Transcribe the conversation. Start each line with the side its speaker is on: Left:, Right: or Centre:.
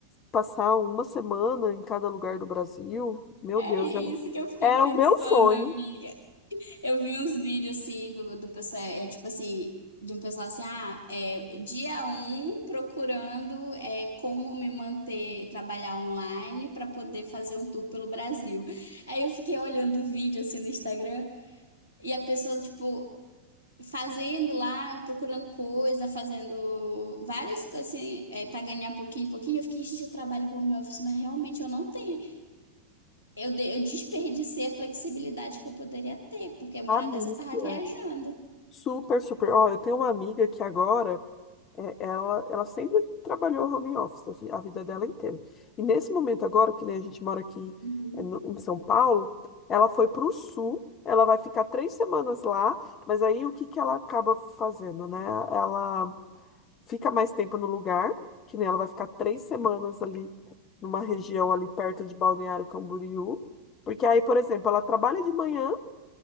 Left: passar uma semana em cada lugar do Brasil, meu
Right: é
Left: Deus,
Right: isso
Left: era,
Right: que eu fiquei
Left: era
Right: pensando,
Left: o meu sonho.
Right: amiga. Eu vi uns vídeos assim do, do pessoal, é tipo assim, de um pessoal assim, ah, é, dia um procurando é, como me manter, trabalhar online para poder fazer um tour pelo Brasil. Aí eu fiquei olhando o vídeo assim no Instagram. E a pessoa, tipo, fazendo lá, procurando coisa, fazendo várias coisas assim, é, para ganhar pouquinho pouquinho. Eu fiquei, gente, eu trabalho home office, mas realmente eu não tenho. Eu, de- eu desperdicei a flexibilidade que eu poderia ter, porque a morada
Left: Amiga,
Right: dessa eu tava viajando.
Left: super, super. Ó, eu tenho uma amiga que agora, é, ela, ela sempre trabalhou home office a vi- a vida dela inteira. E nesse momento agora, que nem a gente mora aqui
Right: Uhum.
Left: é, no- em São Paulo, ela foi para o sul, ela vai ficar três semanas lá, mas aí o que que ela acaba fazendo, né? Ela fica mais tempo no lugar, que nem ela vai ficar três semanas ali numa região ali perto de Balneário Camboriú, porque aí, por exemplo, ela trabalha de manhã